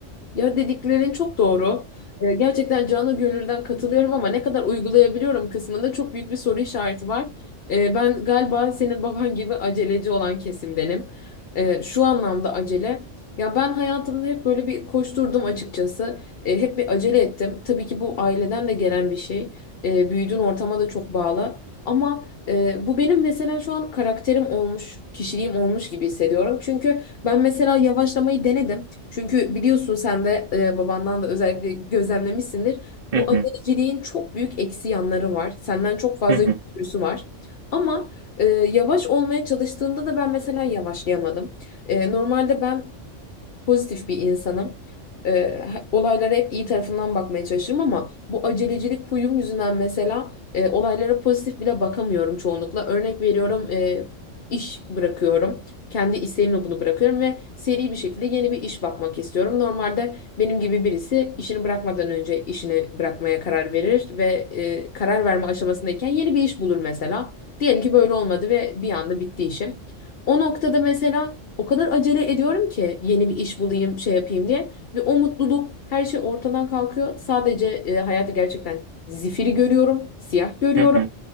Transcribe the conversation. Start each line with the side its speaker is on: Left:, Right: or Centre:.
Left: Ya dediklerin çok doğru. Ee, gerçekten canı gönülden katılıyorum ama ne kadar uygulayabiliyorum kısmında çok büyük bir soru işareti var. Ee, ben galiba senin baban gibi aceleci olan kesimdenim. Ee, şu anlamda acele. Ya ben hayatımda hep böyle bir koşturdum açıkçası. Ee, hep bir acele ettim. Tabii ki bu aileden de gelen bir şey. Ee, büyüdüğün ortama da çok bağlı. Ama e, bu benim mesela şu an karakterim olmuş, kişiliğim olmuş gibi hissediyorum. Çünkü ben mesela yavaşlamayı denedim. Çünkü biliyorsun sen de e, babandan da özellikle gözlemlemişsindir.
Right: Hı
Left: Bu
Right: hı.
Left: aceleciliğin çok büyük eksi yanları var. Senden çok fazla
Right: Hı hı.
Left: götürüsü var. Ama e, yavaş olmaya çalıştığımda da ben mesela yavaşlayamadım. E, normalde ben pozitif bir insanım. Ee, olaylara hep iyi tarafından bakmaya çalışırım ama bu acelecilik huyum yüzünden mesela e, olaylara pozitif bile bakamıyorum çoğunlukla. Örnek veriyorum e, iş bırakıyorum. Kendi isteğimle bunu bırakıyorum ve seri bir şekilde yeni bir iş bakmak istiyorum. Normalde benim gibi birisi işini bırakmadan önce işini bırakmaya karar verir ve e, karar verme aşamasındayken yeni bir iş bulur mesela. Diyelim ki böyle olmadı ve bir anda bitti işim. O noktada mesela o kadar acele ediyorum ki yeni bir iş bulayım, şey yapayım diye. Ve o mutluluk her şey ortadan kalkıyor. Sadece e, hayatı gerçekten zifiri görüyorum, siyah görüyorum.
Right: Hı hı.